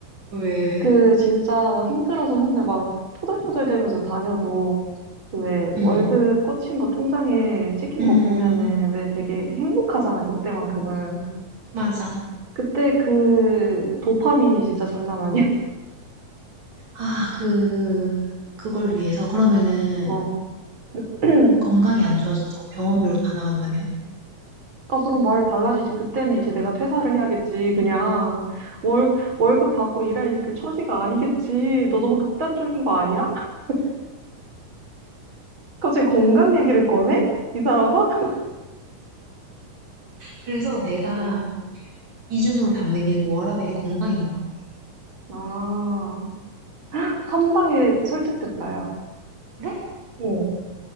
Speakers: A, on the right (about 50°); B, on the right (about 30°).
A: 왜, 왜?
B: 그 진짜 막 힘들어서 맨날 막 토들토들대면서 다녀도 그 왜 월급
A: 응,
B: 꽂힌 거 통장에 찍힌
A: 음,
B: 거 보면은 왜 되게 행복하잖아 그때만큼은
A: 맞아.
B: 그때 그 도파민이 진짜 장난 아니야
A: 아 그 그걸 위해서 그러면은
B: <laughs> 어. <clears throat>
A: 건강이 안 좋아져서 병원비로 다 나간다면?
B: 어 그럼 말 달라지지 그때는 이제 내가 퇴사를 해야겠지 그냥 월 월급 받고 일할 그 처지가 아니겠지 너 너무 극단적인 거 아니야? <laughs> 갑자기 건강 얘기를 꺼내? 이 사람아?
A: 그래서 내가
B: 어.
A: 기준으로 잡는 게 그 워라밸이 건강인 것 같아.
B: 아, 한 방에 설득됐다, 야.
A: 그래?
B: 응,